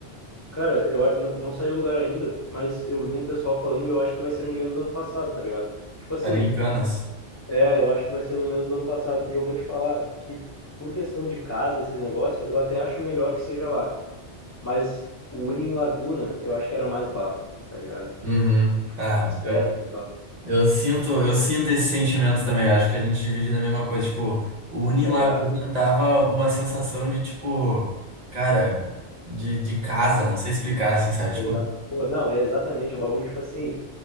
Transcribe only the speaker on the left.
Cara, eu a- n- não saiu o lugar ainda, mas eu vi um pessoal falando e eu acho que vai ser no mesmo do ano passado, tá ligado? Tipo assim,
é, eu acho que vai ser no mesmo do ano passado. E eu vou te falar que, por questão de casa, esses negócios, eu até acho melhor que seja lá. Mas o Uni em Laguna, eu acho que era mais bala, tá ligado?
Tipo,
as festas
e tal,
tá
ligado?
Exato. Pô, não, é exatamente, é um bagulho, tipo assim,